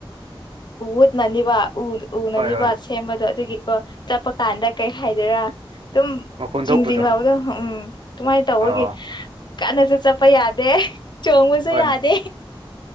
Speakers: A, on the left; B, on the right.
A: ꯎꯠ ꯅꯅꯤꯕ ꯎ ꯎ ꯅꯅꯤꯕ
B: ꯍꯣꯏ ꯍꯣꯏ
A: ꯁꯦꯝꯕꯗꯣ ꯑꯗꯨꯒꯤ ꯀꯣ ꯆꯠꯄ ꯀꯥꯟꯗ ꯀꯩ ꯍꯥꯏꯗꯣꯏꯔꯥ ꯑꯗꯨꯝ
B: ꯃꯈꯣꯟ
A: ꯖꯤꯡ
B: ꯊꯣꯛꯄꯗꯣ
A: ꯖꯤꯡ ꯂꯥꯎꯕꯗꯣ ꯎꯝ ꯎꯝ ꯑꯗꯨꯃꯥꯏꯅ ꯇꯧꯔꯒꯦ
B: ꯑ
A: ꯀꯥꯟꯅꯁꯨ ꯆꯠꯄ ꯌꯥꯗꯦ ꯆꯣꯡꯕꯁꯨ
B: ꯍꯣꯏ
A: ꯌꯥꯗꯦ